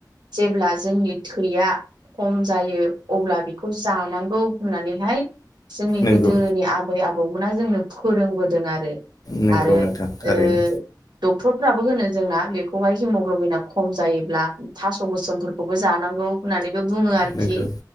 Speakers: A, on the right; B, on the left.
A: जेब्ला जोंनि थैया खम जायो अब्ला बेखौ जानांगौ होननानैहाय जोंनि
B: नंगौ
A: गोदोनि आबै आबौमोना जोंनो फोरोंबोदों आरो। आरो
B: नंगौ नोंथां थारैनो
A: ओ डक्टरफ्राबो होनो जोंना बेखौहाय हिम'ग्ल'बिना खम जायोब्ला थास' गोसोमफोरखौबो जानांगौ होननानै बो बुङो आरोखि।
B: नंगौ